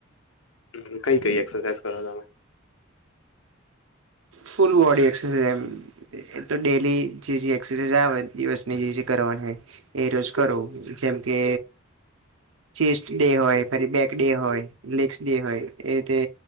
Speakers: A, on the left; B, on the right.
A: હમ કઈ કઈ એક્સરસાઈઝ કરો તમે?
B: ફુલ બોડી એક્સરસાઝ એમ. એતો ડેલી જે જે એક્સરસાઈઝ આવે દિવસની જે જે કરવાની હોય. એ રોજ કરો. જેમ કે ચેસ્ટ ડે હોય, ફરી બેક ડે હોય, લેગસ ડે હોય એ રીતે